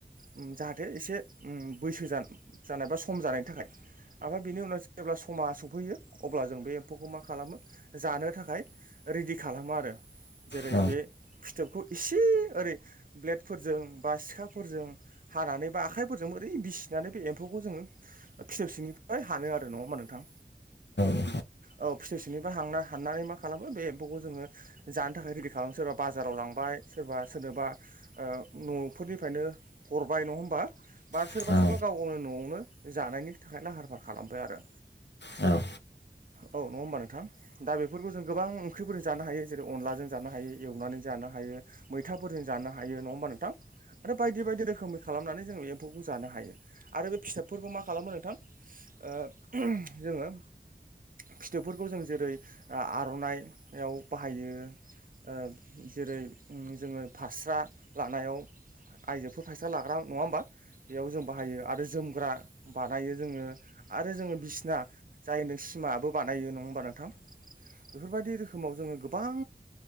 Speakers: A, on the right; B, on the left.
A: जाहाथे एसे उम्म बैसो जानाय बा सम जानायनि थाखाय। आमफाय बेनि उनाव जेब्ला समा स फैयो अब्ला जों बे एम्फौखौ मा खालामो जानो थाखाय रेडि खालामो आरो। जेरै
B: औ
A: बे फिथोबखौ इसे ओरै ब्लेडफोरजों बा सिखा फोरजों हानानै बा आखाइफोरजों ओरै बिसिनानै बे एम्फौखौ जोङो फिथोब सिंनिफ्राय हानो आरो नङा होमबा नोंथां?
B: औ
A: औ फिथोब सिंनिफ्राय हांना हाननानै मा खालामो बे एम्फौखौ जोङो जानो थाखाय रेडि खालामो सोरबा बाजाराव लांबा सोरबा सोरनोबा ओ न'फोरनि फ्रायनो हरबाय नङा होनबा बा सोरबा
B: नोंथां
A: सोरबा गाव गावनो न'आवनो जानायनि थाखाय लाहार फाहार खालामो। बाय आरो
B: औ।
A: औ नङा होमबा नोंथां दा बेफोरखौ जों गोबां ख्रिफोरजों जानो हायो जेरै अनदलाजों जानो हायो एवनानै जानो हायो। मैथाफोरजों जानो हायो नङा होमबा नोंथां आरो बायदि बायदि रोखोमै खालामनानै जों बे एम्फौखौ जानो हायो आरो बे फिथाबफोरखौ मा खालामो नोंथां? ओ जोङो फिथोबफोरखौ जों जेरै ओ आर'नायाव बाहायो। ओ जेरै जोङो फास्रा लानायाव आइजोफोर फायसा लाग्रा नङा होमबा बेयाव जों बाहायो आरो जोमग्रा बानायो जोङो आरो जोङो बिसिना जाय नों सिमाबो बानायो नङा होमबा नोंथां? बेफोरबायदि रोखोमाव जोङो गो बां